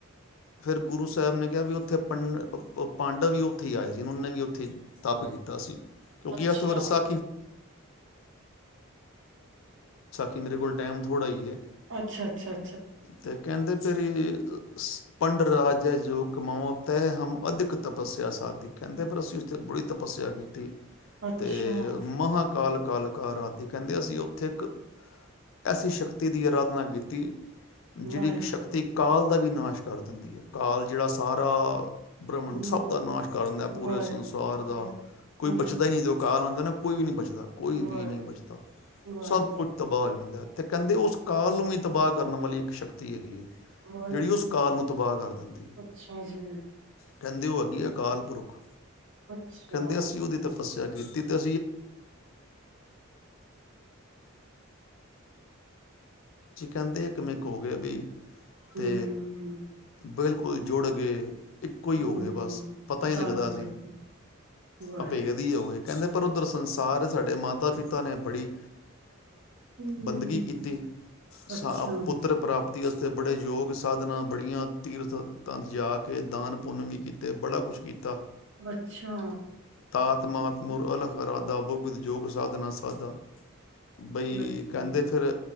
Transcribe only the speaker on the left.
ਫਿਰ ਗੁਰੂ ਸਾਹਿਬ ਨੇ ਕਿਹਾ ਵੀ ਉੱਥੇ ਪੰ ਪਾਂਡਵ ਵੀ ਉੱਥੇ ਹੀ ਆਏ ਸੀ ਉਹਨੇ ਵੀ ਉੱਥੇ ਤੱਪ ਕੀਤਾ ਸੀ। <unintelligible> <unintelligible> ਬਾ
ਕਿ ਮੇਰੇ ਕੋਲ ਟਾਈਮ ਥੋੜ੍ਹਾ ਹੀ ਹੈ।
ਤੇ ਕਹਿੰਦੇ ਫਰੀ ਸ ਪੰਡ ਰਾਜ ਹੈ ਜੋ ਕਮਾਵੋ ਤੈ ਹਮ ਅਧਿਕ ਤਪੱਸਿਆ ਸਾਧਦੀ ਕਹਿੰਦੇ ਫਿਰ ਅਸੀਂ ਉਸੱਥਤੇ ਬੜੀ ਤਪੱਸਿਆ ਕੀਤੀ।
ਤੇ ਮਹਾਂਕਾਲ। ਕਾਲਕਾ ਆਰਾਦਿ ਕਹਿੰਦੇ ਅਸੀਂ ਉੱਥੇ ਇੱਕ ਐਸੀ ਸ਼ਕਤੀ ਦੀ ਅਰਾਧਨਾ ਕੀਤੀ। ਜਿਹੜੀ
ਸ਼ਕਤੀ ਕਾਲ ਦਾ ਵੀ ਨਾਸ਼ ਕਰ ਕਾਲ ਜਿਹੜਾ ਸਾਰਾ ਬ੍ਰਹਮੰਡ
ਸਭ ਦਾ ਨਾਸ਼ ਕਰਦਾ
ਪੂਰੇ ਸੰਸਾਰ ਦਾ
ਕੋਈ
ਬਚਦਾ ਹੀ ਨਹੀਂ ਦਿਓ ਕਾਲਾਂ। ਨਾ ਕੋਈ ਵੀ ਨਹੀਂ ਬਚ ਬਚਦਾ ਕੋਈ ਵੀ
ਨਹੀਂ ਬਚਦਾ
ਸਭ ਕੁਛ ਤਬਾਹ ਹੋ ਜਾਂਦਾ ਅਤੇ ਕਹਿੰਦੇ ਉਸ ਕਾਲ ਨੂੰ ਵੀ ਤਬਾਹ ਕਰਨ ਵਾਲੀ ਇੱਕ ਸ਼ਕਤੀ ਹੈਗੀ ਹੈ।
ਜਿਹੜੀ ਉਸ ਕਾਲ ਨੂੰ ਤਬਾਹ ਕਰ ਦਿੰਦੀ ਹੈ
ਕਹਿੰਦੇ ਓ ਹੇਗੀ ਅਕਾਲ ਪੁਰਖ।
ਕਹਿੰਦੇ ਅਸੀਂ
ਉਹ ਦੀ ਤਪੱਸਿਆ ਕੀਤੀ। <unintelligible> <inaudible> ਅਸੀਂ ਕਹਿੰਦੇ ਇੱਕ-ਮਿੱਕ। <unintelligible> ਤੇ
ਬਿਲਕੁਲ। <unintelligible> ਇੱਕੋ ਹੀ
ਹੋ ਗਏ ਬਸ ਪਤਾ ਹੀ
ਨਹੀਂ ਲਗਦਾ
ਅਭੇਦ ਹੀ ਹੋ ਗਏ। ਕਹਿੰਦੇ ਪਰ ਉੱਧਰ ਸੰਸਾਰ ਸਾਡੇ ਮਾਤਾ ਪਿਤਾ ਨੇ ਬੜੀ
ਬੰਦਗੀ ਕੀਤੀ ਸ
ਪੁੱਤਰ ਪ੍ਰਾਪਤ 'ਤੇ ਬੜੇ ਯੋਗ ਸਾਧਨਾਂ ਬੜੀਆਂ ਤੀਰਥ ਤ ਜਾ ਕੇ ਦਾਨ ਪੁੰਨ ਵੀ ਕੀਤੇ ਬੜਾ ਕੁਛ ਕੀਤਾ
ਤਾਤਮਾਤ ਮੁਰ ਅਲ ਕਰਾਦਾ ਬੁਗਦ ਯੋਗ ਸਾਧਨਾ ਸਾਧਾ ਬਈ
ਕਹਿੰਦੇ ਫਿਰ